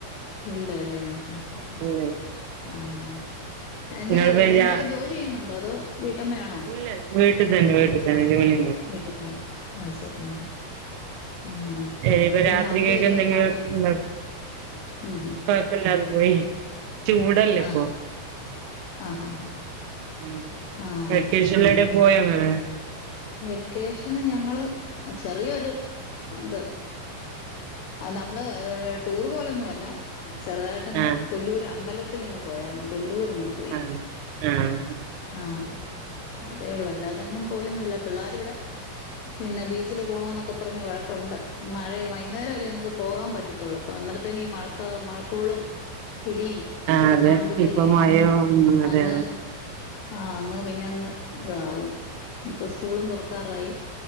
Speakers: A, on the left; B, on the right.
A: ഇല്ലലേ ആഹ് ഹാ ഹാ
B: ഇല്ല
A: ആഹ് എങ്കെ
B: ഇങ്ങള് പെയ്യാ
A: എന്തേലും ജോലിയ്യ്ന്നുണ്ടൊ അതോ വീട്ടമ്മയാണൊ
B: ല്ല വീട്ടി തന്നെ വീട്ടി തന്നെ ജോലി
A: വീട്ടി തന്നെ അത് സരിയാ ആഹ്
B: ഏഹ് പ്പൊ
A: പിന്നെ
B: രാത്രികക്ക്
A: അവധിയൊക്കെ
B: എന്തെങ്കിലും
A: എങ്ങനെ ഉണ്ടായിരുന്നു
B: ഇണ്ടാകും
A: ഉം ഉം
B: കൊഴപ്പല്ലാതെ പോയി ചൂടല്ലെ ഇപ്പൊ
A: ആഹ് ആഹ് ആഹ്
B: ഉം
A: ആഹ്
B: വെക്കേഷൻല് എവടെ പോയൊ ഇങ്ങള്
A: വെക്കേഷന് ഞങ്ങള് ചെറിയൊരു ട്രിപ്പ്‌ ആ നമ്മള് ടൂർ പോവലൊന്നും അല്ല ചെറുതായിട്ടൊന്ന്
B: ആഹ്
A: കൊല്ലൂര് അമ്പലത്തിലൊന്ന് പോയാർന്നു കൊല്ലൂര് ഒന്ന് പോയി
B: ആഹ് ആഹ്
A: ആഹ് അതേ ഉള്ളു അല്ലാതെങ്ങും പോയൊന്നുല്ല പിള്ളാര് ഇവടെ പിന്നെ ബീച്ചില് പോണോന്നൊക്കെ പറ്ഞ്ഞ് വഴക്കുണ്ട് മഴെ വൈകുന്നേരല്ലെ നമുക്ക് പോകാൻ പറ്റത്തുള്ളു ഇപ്പ അന്നേര്ത്തിന് ഈ മഴക്കോളും ഇടീം
B: ആഹ്
A: ഒക്ക
B: അതെ
A: കാണുമ്പൾത്തേനെ
B: ഇപ്പം മഴയോ ഉം അതെ
A: അങ്ങ്
B: അതെ
A: ആഹ് അങ്ങ് പിന്ന അങ്ങ് ഇതാവും ഇപ്പൊ സ്കൂളും തൊറ്ക്കാറായി